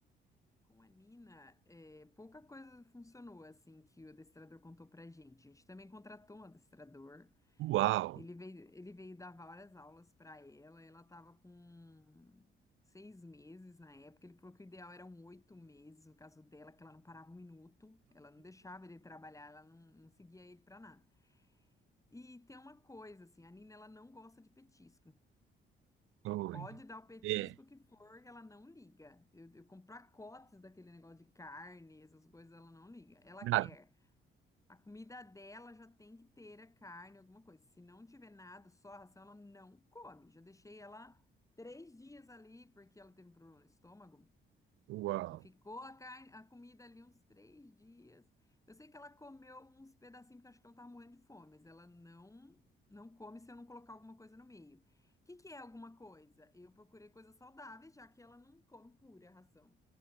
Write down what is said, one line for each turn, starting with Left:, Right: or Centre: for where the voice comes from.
Left: com a Nina, é, pouca coisa funcionou assim que o adestrador contou pra gente. A gente também contratou um adestrador.
Right: Uau!
Left: Ele veio, ele veio dar várias aulas para ela. Ela estava com seis meses na época. Ele falou que o ideal eram oito meses, no caso dela, que ela não parava um minuto, ela não deixava ele trabalhar, ela não, não seguia ele para nada. E tem uma coisa, assim, a Nina, ela não gosta de petisco. Você
Right: Oi.
Left: pode dar o petisco
Right: É,
Left: que for, que ela não liga. Eu, eu compro pacotes daquele negócio de carne, essas coisas, ela não liga. Ela
Right: Nada.
Left: quer. A comida dela já tem que ter a carne, alguma coisa. Se não tiver nada, só a ração, ela não come. Já deixei ela três dias ali, porque ela teve um problema no estômago.
Right: Uau!
Left: Ficou a carne, a comida ali uns três dias. Eu sei que ela comeu uns pedacinhos, porque acho que ela tava morrendo de fome, mas ela não, não come se eu não colocar alguma coisa no meio. O que que é alguma coisa? Eu procurei coisas saudáveis, já que ela não come pura ração.